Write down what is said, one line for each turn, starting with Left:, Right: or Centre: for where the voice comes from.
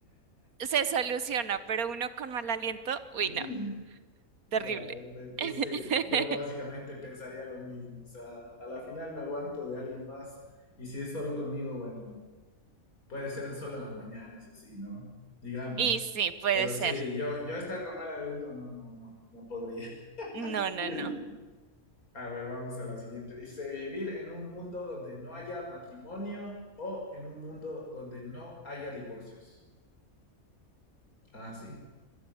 Right: Se soluciona, pero uno con mal aliento, uy,
Left: <laughs>
Right: no, terrible.
Left: Ya, perfecto,
Right: <laughs>
Left: sí. Yo básicamente pensaría lo mismo. O sea, a la final me aguanto de alguien más y si es solo conmigo, bueno, puede ser solo en las mañanas, así, ¿no? Digamos.
Right: Y sí, puede
Left: Pero
Right: ser.
Left: sí, yo, yo estar con mal aliento, no, no, no, no podría.
Right: No, no,
Left: <laughs>
Right: no.
Left: A ver, vamos a la siguiente. Dice, vivir en un mundo donde no haya matrimonio o en un mundo donde no haya divorcios. Ah, sí.